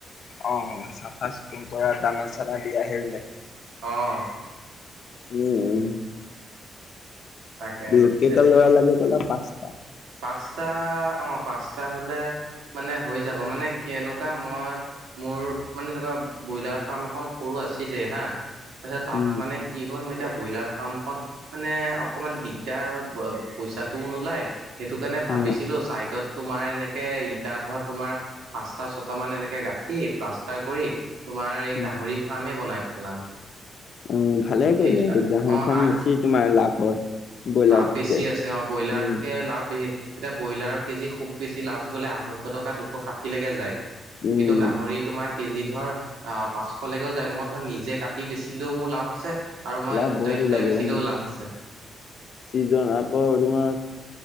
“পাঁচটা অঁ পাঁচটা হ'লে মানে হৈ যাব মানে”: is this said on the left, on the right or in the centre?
Right